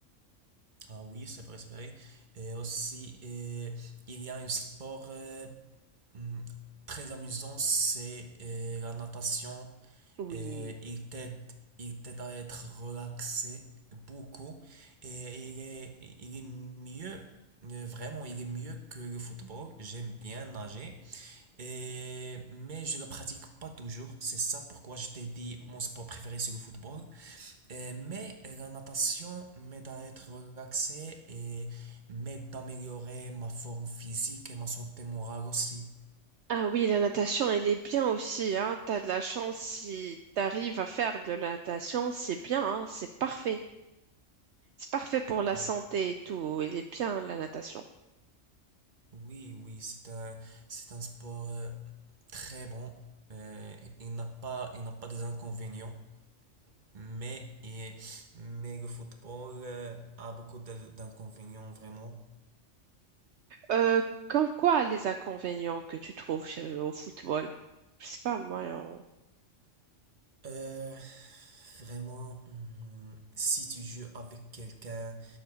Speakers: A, on the right; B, on the right.
A: Ah oui, c'est vrai, c'est vrai. Et aussi, euh, il y a un sport euh, hum, très amusant, c'est euh, la natation.
B: Oui.
A: Et il t'aide, il t'aide à être relaxé beaucoup. Et il est, il est mieux, euh, vraiment, il est mieux que le football. J'aime bien nager. Et, mais je ne le pratique pas toujours. C'est ça pourquoi je t'ai dit mon sport préféré, c'est le football. Euh, mais la natation m'aide à être relaxé et m'aide à améliorer ma forme physique et ma santé morale aussi.
B: Ah oui, la natation, elle est bien aussi, hein. T'as de la chance si t'arrives à faire de la natation, c'est bien, hein. C'est parfait. C'est parfait pour la
A: Ah,
B: santé et tout. Elle est bien, la natation.
A: oui, oui, c'est un, c'est un sport. euh, très bon. Euh, il n'a pas, il n'a pas des inconvénients, mais, il- mais le football euh, a beaucoup de- d'inconvénients vraiment.
B: Euh, comme quoi les inconvénients que tu trouves euh, au football? Je sais pas, moi, on...
A: Euh, vraiment, hmm, si tu joues avec quelqu'un